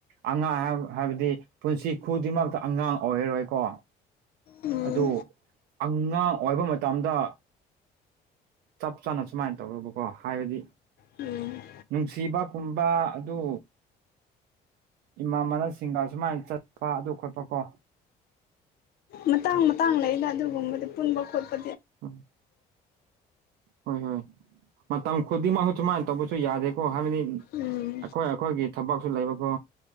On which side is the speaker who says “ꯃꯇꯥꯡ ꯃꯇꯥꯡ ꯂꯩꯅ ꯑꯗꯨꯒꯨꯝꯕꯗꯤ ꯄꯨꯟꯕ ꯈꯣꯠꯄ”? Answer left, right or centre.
Left